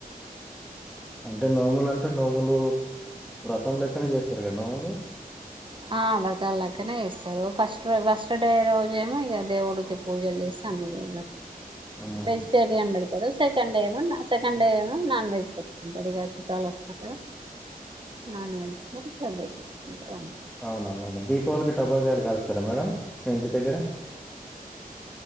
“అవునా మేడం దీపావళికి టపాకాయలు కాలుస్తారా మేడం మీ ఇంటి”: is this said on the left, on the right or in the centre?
Centre